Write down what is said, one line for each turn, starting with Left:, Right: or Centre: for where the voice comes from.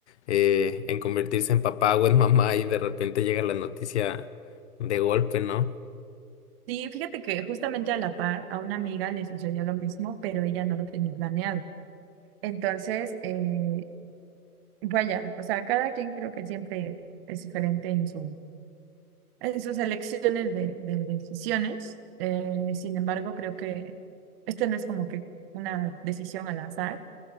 Left: eh, en convertirse en papá o en mamá y de repente llega la noticia de golpe, ¿no?
Right: sí, fíjate que justamente a la par a una amiga le sucedió lo mismo, pero ella no lo tenía planeado. Entonces, eh, Vaya, o sea, cada quien creo que siempre es diferente en su, en sus elecciones de, de decisiones. Eh, sin embargo, creo que este no es como que una decisión al azar